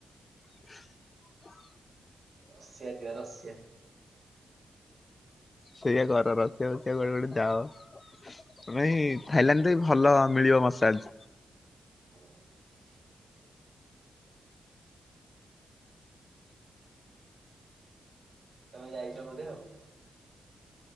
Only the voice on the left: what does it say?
<unintelligible>
ସେଇଆ କର ରସିଆ ଫସିଆ କୋଉଆଡେ ଗୋଟେ ଯାଅ। ନାଇଁ ଥାଇଲାଣ୍ଡରେ ଭଲ ମିଳିବ ମସାଜ।